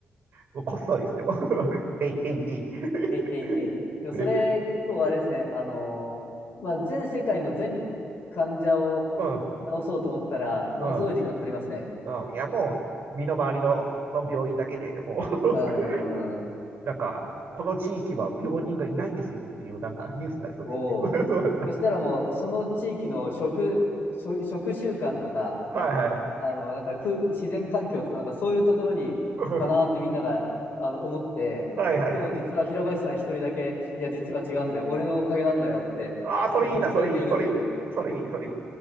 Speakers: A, on the right; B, on the left.
A: もうこっそり、それも。<laughs> えいえいえいって
B: えいえいえい。
A: <laughs>。
B: でもそれ結構あれですね、
A: で、
B: あのーまあ、全世界の全患者を
A: うん、
B: 治そうと思ったら、ものすごい時間かかりますね。
A: うん、うん。いや、もう、身の回りの、の病院だけでもう <laughs>
B: うーん。
A: なんか、この地域は病人がいないんですよっていう、なんか、ニュースになりそうですね。
B: おお。
A: <laughs> そうだったら。
B: そしたらもう、その地域の食、食、食習慣とか、
A: はいはい。
B: あの、なんか空自然環境とか、なんかそういうところにかなってみんながあの思って、
A: <laughs> はいはいはい。
B: でも実は平林さん一人だけ、いや、実は違うんだよ、俺のおかげなんだよって、
A: ああ、それいいな、
B: こうほくそ笑んでいるという。
A: それいい、それいい、それいい、それいい。